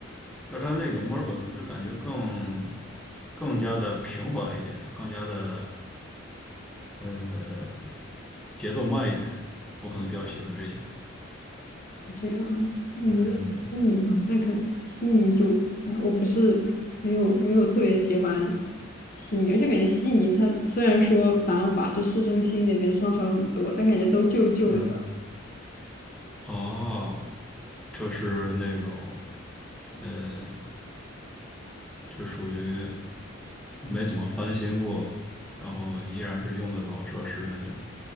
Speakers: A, in the centre; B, on the left (about 45°).
A: 但是它那个墨尔本就感觉更更加的平缓一点，更加的呃，节奏慢一点，我可能比较喜欢这些。
B: 这样，我感觉悉尼啊，
A: 嗯
B: 那可能悉尼就还我不是没有没有特别喜欢悉尼，而且感觉悉尼它虽然说繁华，就市中心那边商场很多，但感觉都旧旧的。
A: 嗯，哦，就是那种呃，就属于没怎么翻新过，然后依然是用的老设施的那种。